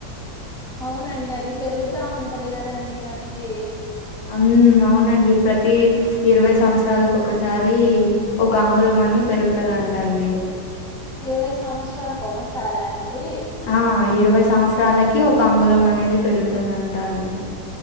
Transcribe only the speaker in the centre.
అవునండి అది పెరుగుతా ఉంటది కదండి నంది
ఇరవై సంవత్సరాలకు ఒకసారా అండి